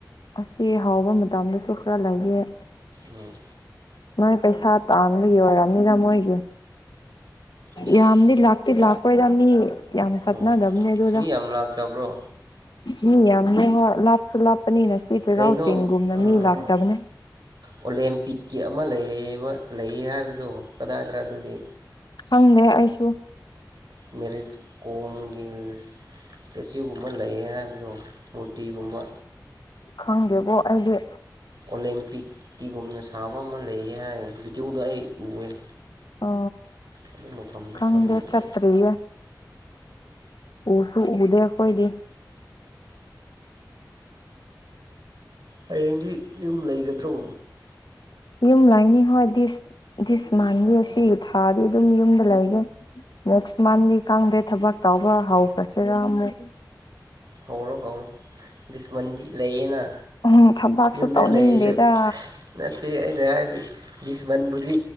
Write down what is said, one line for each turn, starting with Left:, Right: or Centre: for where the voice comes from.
Left: ꯑꯁꯤ ꯍꯥꯎꯕ ꯃꯇꯝꯗꯁꯨ ꯈꯔ ꯂꯩꯑꯦ
Right: ꯑꯝ
Left: ꯅꯣꯏ ꯄꯩꯁꯥ ꯇꯥꯟꯕꯒꯤ ꯋꯥꯔꯝꯅꯤꯗ ꯃꯣꯏꯒꯤ
Right: ꯏꯁ
Left: ꯌꯥꯝꯗꯤ ꯂꯥꯛꯇꯤ ꯂꯥꯛꯔꯣꯏꯗ ꯃꯤ ꯌꯥꯝ ꯀꯛꯅꯗꯕꯅꯦ
Right: ꯑꯣ
Left: ꯑꯗꯨꯗ
Right: ꯃꯤ ꯌꯥꯝ ꯂꯥꯛꯇꯕ꯭ꯔꯣ
Left: ꯃꯤ ꯌꯥꯝꯃꯦ ꯍꯣꯢ ꯂꯥꯞꯁꯨ ꯂꯥꯞ ꯂꯄꯅꯤꯅ ꯁꯤ ꯆꯩꯔꯥꯎ
Right: ꯀꯩꯅꯣ
Left: ꯆꯤꯡꯒꯨꯝꯅ
Right: ꯑꯥ
Left: ꯃꯤ ꯂꯥꯛꯇꯕꯅꯦ
Right: ꯑꯣꯂꯦꯝꯄꯤꯛꯀꯤ ꯑꯃ ꯂꯩꯕ ꯂꯩ ꯍꯥꯏꯕꯗꯣ ꯀꯗꯥꯏꯗꯔ ꯑꯗꯨꯗꯤ
Left: ꯍꯪꯗꯦ ꯑꯩꯁꯨ
Right: ꯃꯦꯔꯤ ꯀꯣꯝꯒꯤ ꯏꯁꯇꯦꯆꯌꯨꯒꯨꯝꯕ ꯂꯩꯌꯦ ꯍꯥꯏꯕꯗꯣ ꯃꯨꯔꯇꯤꯒꯨꯝꯕ
Left: ꯈꯪꯗꯦꯕꯣ ꯑꯩꯗꯤ
Right: ꯑꯣꯂꯦꯝꯄꯤꯛꯀꯤꯒꯨꯝꯅ ꯁꯥꯕ ꯑꯃ ꯂꯩꯌꯦ ꯍꯥꯏ ꯖꯤꯗꯤꯑꯣꯗ ꯎꯑꯦ ꯑꯩ
Left: ꯑ
Right: ꯑꯗꯨ ꯃꯐꯝꯗꯣ
Left: ꯈꯪꯗꯦ
Right: ꯈꯪꯗꯕ
Left: ꯆꯠꯇꯔꯤꯑꯦ ꯎꯁꯨ ꯎꯗꯦ ꯑꯩꯈꯣꯏꯗꯤ
Right: ꯍꯌꯦꯡꯗꯤ ꯌꯨꯝ ꯂꯩꯒꯗ꯭ꯔꯣ
Left: ꯌꯨꯝ ꯂꯩꯅꯤ ꯍꯣꯏ ꯗꯤꯁ ꯗꯤꯁ ꯃꯥꯟꯒꯦ ꯁꯤ ꯊꯥꯗꯤ ꯑꯗꯨꯝ ꯌꯨꯝꯗ ꯂꯩꯒꯦ ꯅꯦꯛꯁ ꯃꯟꯗꯤ ꯈꯪꯗꯦ ꯊꯕꯛ ꯇꯧꯕ ꯍꯧꯈꯔꯁꯤꯔ ꯑꯃꯨꯛ
Right: ꯍꯧꯔꯣ ꯍꯧꯔꯣ ꯗꯤꯁꯃꯟꯗꯤ ꯂꯩꯌꯦꯅ
Left: ꯎꯝ ꯊꯕꯛꯁꯨ
Right: ꯌꯨꯝꯗ
Left: ꯇꯧꯅꯤꯡꯗꯦꯗ
Right: ꯂꯩꯔꯁꯨ ꯅꯠꯇꯦ ꯑꯩꯅ ꯍꯥꯏꯔꯗꯤ ꯕꯤꯁꯃꯟꯕꯨꯗꯤ